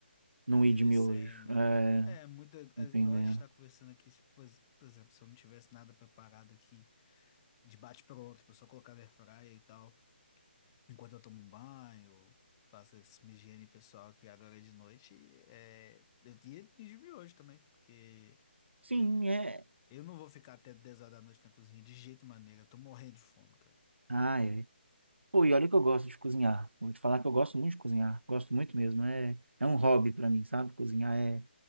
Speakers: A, on the right (about 85°); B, on the left (about 25°).
A: não
B: Viver
A: ir de miojo.
B: sem, né?
A: É,
B: É, muito, é,
A: dependendo.
B: igual a gente tá conversando aqui, tipo, por por exemplo, se eu não tivesse nada preparado aqui, de bate-pronto, pra só colocar na airfryer e tal. Enquanto eu tomo um banho, faço essa minha higiene pessoal aqui agora é de noite. É... Eu ia me hoje também, porque
A: Sim, é.
B: eu não vou ficar até 10 horas da noite na cozinha de jeito maneira. Eu Tô morrendo de fome, cara.
A: Ah, é. Pô, e olha que eu gosto de cozinhar. Vou te falar que eu gosto muito de cozinhar. Gosto muito mesmo. É, é um hobby pra mim, sabe? Cozinhar é.